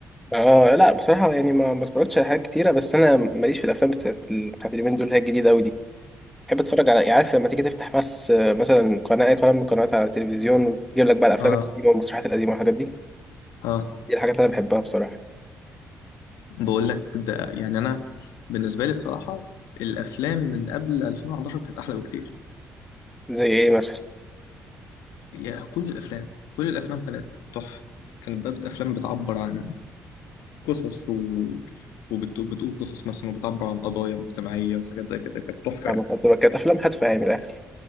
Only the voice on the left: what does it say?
اه
اه
بقول لك ده يعني انا بالنسبه لي الصراحه الافلام من قبل 2011 كانت احلى بكتير
يا كل الافلام كل الافلام كانت تحفه كانت بقى افلام بتعبر عن قصص و... وبتقول قصص مثلا وبتعبر عن قضايا مجتمعية وحاجات زي كده كانت تحفة
يعني.